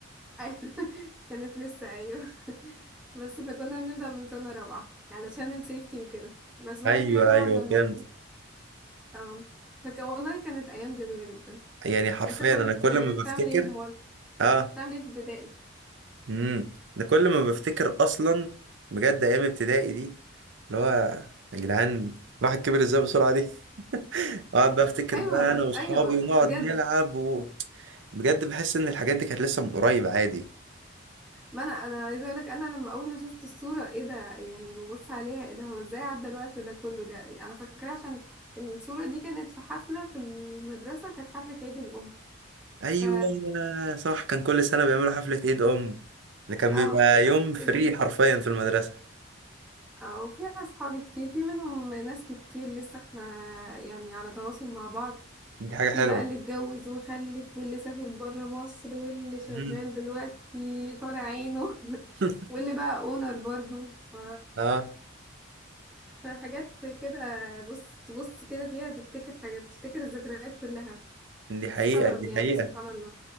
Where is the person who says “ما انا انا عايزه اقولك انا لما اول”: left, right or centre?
Centre